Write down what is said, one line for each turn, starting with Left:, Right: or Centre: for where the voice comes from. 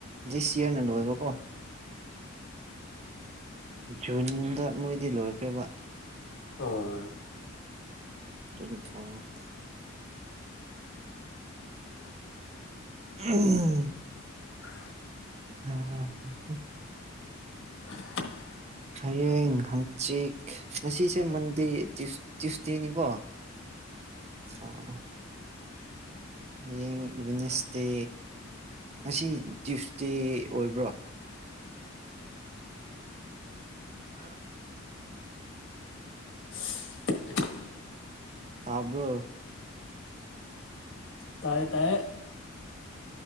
Right: ꯖꯦ ꯁꯤꯌꯅ ꯂꯣꯢꯕꯀꯣ ꯖꯨꯟꯗ ꯃꯣꯏꯗꯤ ꯂꯣꯏꯈ꯭ꯔꯦꯕ
Left: ꯑꯣꯢ
Right: ꯗꯨꯒꯤ ꯊꯣꯡꯉꯕ ꯎꯝ
Left: ꯑꯥꯎ
Right: ꯍꯥꯎ
Left: <unintelligible>
Right: ꯍꯌꯦꯡ ꯍꯪꯆꯤꯛ ꯉꯁꯤꯁꯦ ꯃꯟꯗꯦ ꯇ꯭ꯌꯨꯁ ꯇ꯭ꯌꯨꯁꯗꯦꯅꯤꯀꯣ ꯑꯥ ꯍꯌꯦꯡ ꯕꯤꯅꯦꯁꯇꯦ ꯉꯁꯤ ꯇ꯭ꯌꯨꯁꯇꯦ ꯑꯣꯏꯕ꯭ꯔꯣ ꯍ
Left: <unintelligible>
Right: ꯇꯥꯕ꯭ꯔꯣ
Left: ꯇꯥꯏꯌꯦ ꯇꯥꯏꯌꯦ